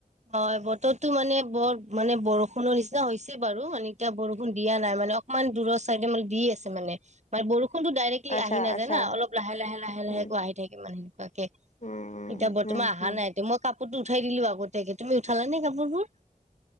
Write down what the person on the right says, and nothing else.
অ', বতৰটো মানে বৰ মানে বৰষুণৰ নিচিনা হৈছে বাৰু, মানে এতিয়া বৰষুণ দিয়া নাই, মানে অকমান দূৰৰ চাইডে মানে দি আছে মানে, মানে বৰষু ষুণটো ডাইৰেক্টলি
আহি নাযায়
না, অলপ লাহে লাহে লাহে লাহেকৈ
আহি থাকে মানে সেনেকুৱাকে।
এতিয়া বৰ্তমান আহা
নাই এতিয়া, মই কাপ সেটো উঠাই দিলো আগত। <unintelligible> তুমি উঠালা নে কাপোৰবোৰ?